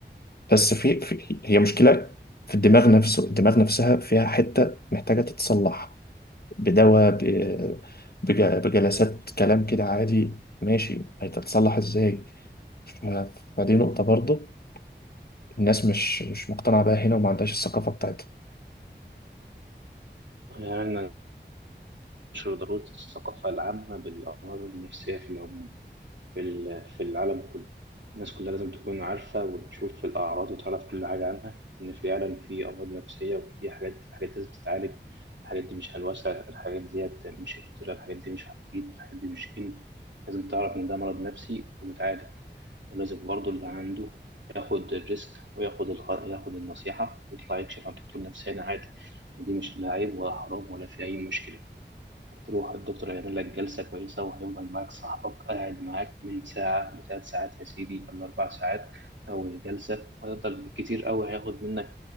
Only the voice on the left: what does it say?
بس في, في هي مشكلة في الدماغ نفسه الدماغ نفسها فيها حتة محتاجة تتصلح بدواء ب- بج- بجلسات كلام كده عادي ماشي هتتصلح ازاي ف- فدي نقطة برضه الناس مش مش مقتنعة بيها هنا وما عندهاش الثقافة بتاعتها